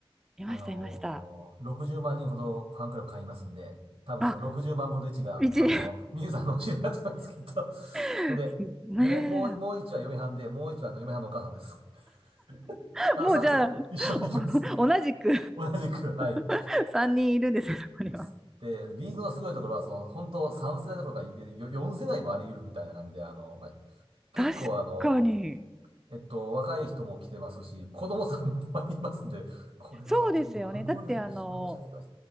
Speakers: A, in the centre; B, on the right.
A: いました、
B: あのー、
A: いました。
B: 60万人ほどファンクラブ会員いますんで、多分その60万分の1が、
A: あ、一 <laughs>
B: あのミユさんのお知り合いだと思います、きっと。<laughs>
A: ね
B: ほんで、もう、もう、もう1は嫁はんで、もう1はあの嫁はんのお母さんです。<laughs>
A: え。
B: あの、
A: もうじゃあ、
B: さ、さ一緒に行きます。
A: お同じく
B: 同じく、はい。
A: <laughs> 3人いるんですよ、そこには。
B: いるです。で、ビーズのすごいところは、その、本当3世代どころかよ4世代もあり得るみたいな感じで、あの、まあ、結構あの、
A: 確かに。
B: えっと、若い人も来てますし、子供さんもたまにいますんで、これは孫よりもひ孫じゃないかな。
A: そうですよね。だってあの、